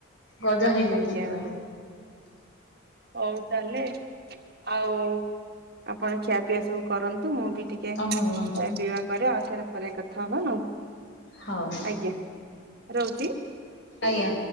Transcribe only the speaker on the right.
ଆଜ୍ଞା
ହଉ ତାହେଲେ ଆଉ ଆପଣ ଖିଆ ପିଆ ସବୁ କରନ୍ତୁ। ମୁଁ ବି ଟିକେ
ଖାଇବା ପିଇବା କରେ। ଆଉଥରେ ପରେ କଥା ହବା ଆଉ।
ଆଜ୍ଞା ରହୁଛି।